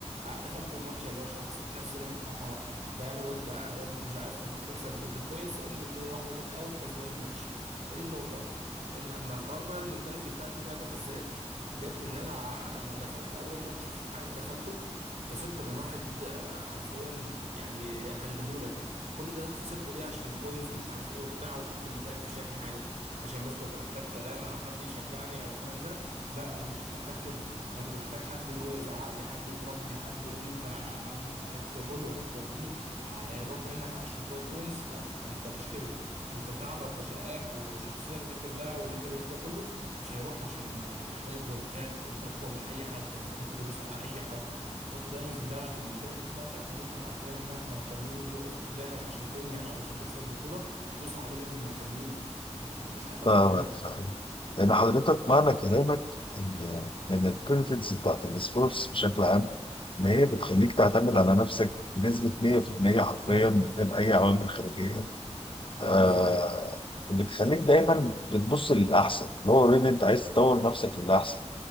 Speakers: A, on the right; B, on the left.
A: دخلت الماتش يا باشا حسيت نفسي ان انا فاهم الواد ده الواد مش عارف ممكن يكسب بالبوينتس قوم مديله واحده نوك اوت كسبان الماتش فدي النقطه ال- اما الحوار بقى المنتاليتي بتاعتي بقى جت ازاي جت من ان انا ع- لما دخلت اول ماتش في حياتي دخلته خسرت من واحد آه، حرفيا يعني هلهوله كل ده خسرت ليه عشان بوينتس ومش عارف ايه وبتاع والكابتن بتاعي ما فيش يعمل حاجه عشان بس كنت محتاج كلام او حد يشجعني او الكلام ده لا انا ما كنتش محتاج كده انا كنت محتاج حد اللي هو يزعق لي حد يضربني حد يقول لي انت بعد انت تعبت ده كله هتوديه هيروح منك عشان شويه بوينتس لا انت مش كده انت تعبك وشقاك وشخصيتك دي كلها واللي انت بنيته ده كله مش هيروح عشان آه، شويه بوينتات انت اقوى من اي حد انت ممكن تدوس على اي حد حطه دايما في دماغك المنتاليتي بتاعتك ان انت حرفيا مهما كان مين يجي يقف قدامك عشان تنجح او عشان تكسب بطوله دوس عليه مهما كان مين انت مفيش حد اقوى
B: فاهمك
A: منك
B: فاهم لأن حضرتك معنى كلامك إن إن البنفيتس بتاعت السبورتس بشكل عام إن هي بتخليك
A: مم.
B: تعتمد على نفسك بنسبة 100% حرفيا
A: بالظبط
B: من غير أي عوامل خارجية آه
A: بالظبط
B: اللي بتخليك دايما بتبص للأحسن اللي هو أوريدي أنت عايز تطور نفسك للأحسن